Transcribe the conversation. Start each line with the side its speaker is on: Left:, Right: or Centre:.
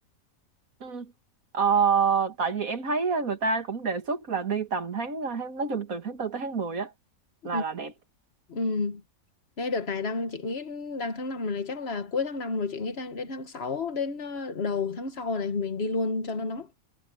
Right: Ừ. Ờ, tại vì em thấy ờ, người ta cũng đề xuất là đi tầm tháng, ờ, tháng nói chung từ tháng tư tới tháng 10 á
Left: ừ.
Right: là là đẹp.
Left: ừ. Đây đợt này đang chị nghĩ đang tháng 5 này chắc là cuối tháng 5 rồi chị nghĩ đang đến tháng 6 đến ờ, đầu tháng sau này mình đi luôn cho nó nóng